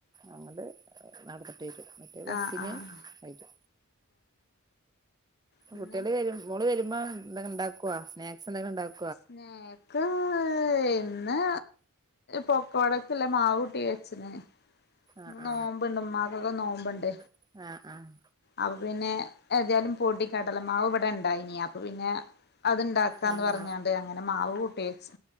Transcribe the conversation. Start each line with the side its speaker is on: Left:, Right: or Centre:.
Right: അങ്ങട്ട് നടന്നിട്ട് വരും. ഒരു ബസിന്
Left: ആഹ് ആഹ്
Right: ആയിട്ട്
Left: പിന്നെ
Right: കുട്ട്യള് വരും. മോള് വരുമ്പം എന്തെങ്കിം ഉണ്ടാക്ക്വോ സ്നാക്സ് എന്തങ്കിലും ഉണ്ടാക്
Left: സ്നേ ക്ക് ഇന്ന് പൊക്ക വടക്ക്ല്ല മാവൂട്ടി വെച്ച്ണ്. ഇന്ന്
Right: ആഹ്
Left: നോമ്പ്ണ്ട് ഇമ്മാക്കൊക്കെ നോമ്പ്ണ്ട്.
Right: ആഹ് ആഹ്
Left: അപ്പൊ പിന്നെ ഏതയാലും പൊടി കടലമാവ് ഇവടെണ്ടായിനി അപ്പൊ പിന്നെ. അത്ണ്ടാക്കാന്ന്
Right: ആഹ്
Left: പറഞ്ഞാണ്ട് അങ്ങനെ മാവ് കൂട്ടി വെച്ച്.